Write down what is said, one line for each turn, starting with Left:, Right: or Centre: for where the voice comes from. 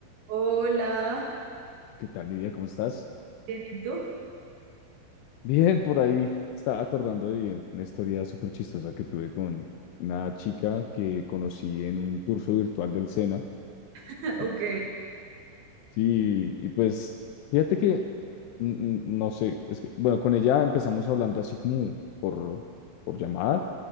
Right: Hola,
Left: ¿Qué tal, Lidia? ¿Cómo estás?
Right: bien, ¿y tú?
Left: Bien, por ahí estaba acordando de una historia súper chistosa que tuve con una chica que conocí en un curso virtual del SENA.
Right: <laughs>
Left: Sí.
Right: Ok,
Left: Sí, y pues fíjate que, mm, mm, no sé, es que, bueno, con ella empezamos hablando así como por, por llamada,